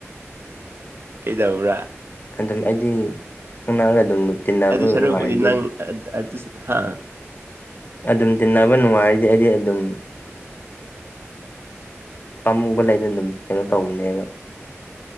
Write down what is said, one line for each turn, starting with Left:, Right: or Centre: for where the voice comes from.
Right: ꯀꯩꯗꯧꯕ꯭ꯔꯥ
Left: ꯑꯗꯨꯝ ꯑꯩꯗꯤ ꯈꯪꯅꯔꯒ ꯑꯗꯨꯝ ꯇꯤꯟꯅꯕ
Right: ꯑꯗꯨ ꯁꯔꯨꯛꯄꯨꯗꯤ
Left: ꯅꯨꯡꯉꯥꯏꯔꯗꯤ
Right: ꯅꯪ ꯍꯥ
Left: ꯑꯗꯨꯝ ꯇꯤꯟꯅꯕ ꯅꯨꯡꯉꯥꯏꯔꯤꯗꯤ ꯑꯩꯗꯤ ꯑꯗꯨꯝ ꯄꯥꯝꯃꯨꯕ ꯂꯩꯅ ꯑꯗꯨꯝ ꯀꯩꯅꯣ ꯇꯧꯕꯅꯦꯕ